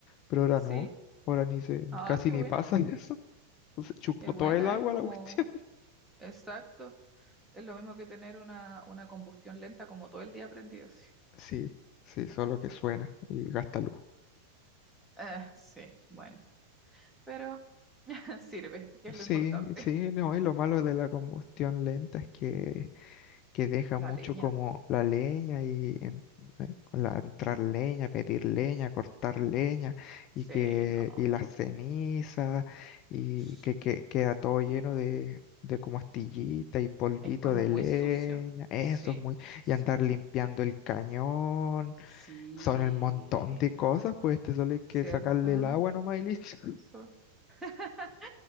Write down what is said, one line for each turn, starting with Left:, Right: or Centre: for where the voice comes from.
Left: pero ahora
Centre: sí.
Left: no, ahora ni se,
Centre: Ah,
Left: casi
Centre: qué
Left: ni
Centre: buena,
Left: pasa <laughs> eso. Se chupó
Centre: qué buena.
Left: todo el agua
Centre: Es como,
Left: la cuestión. <laughs>
Centre: exacto. Es lo mismo que tener una, una combustión lenta como todo el día prendido. Sí,
Left: Sí, sí, solo que suena y gasta luz.
Centre: Ah, sí, bueno. Pero <laughs> sirve, que es
Left: Sí,
Centre: lo importante.
Left: sí, no, y lo malo de la combustión lenta es que que deja
Centre: La
Left: mucho
Centre: leña,
Left: como
Centre: po.
Left: la leña y en- eh, con la, entrar leña, pedir leña, cortar leña
Centre: Sí,
Left: y que
Centre: no.
Left: y las cenizas y
Centre: Sí.
Left: que, que queda todo lleno de, de como astillita y polvito
Centre: Es como
Left: de
Centre: muy
Left: leña,
Centre: sucio.
Left: eso
Centre: Sí,
Left: es muy,
Centre: sí.
Left: y andar limpiando el cañón,
Centre: Sí,
Left: son el montón de cosas, pues te solo hay que
Centre: ¿cierto?
Left: sacarle el agua nomás y listo.
Centre: So- <laughs>